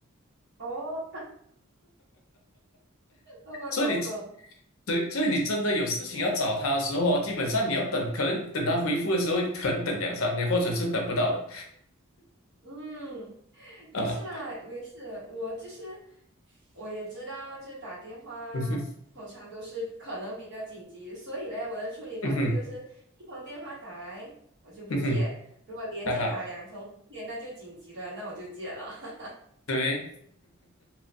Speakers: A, on the right; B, on the left.
A: 哦，我懂懂，
B: 所以你对，所以你真的有事情要找他的时候哦，基本上你要等，可能等他回复的时候，可能等两三天，或者是等不到的
A: 嗯，也是啦，
B: 啊，
A: 没事，我就是我也知道，就打电话通常都是可能比较紧急，
B: <laughs> 嗯哼，
A: 所以嘞，我的处理方式就是一通电话打来我就不接，
B: 嗯哼，嗯哼，
A: 如果连着打两通
B: 哈哈，
A: o 那就紧急了，那我就接了。<laughs>
B: 对，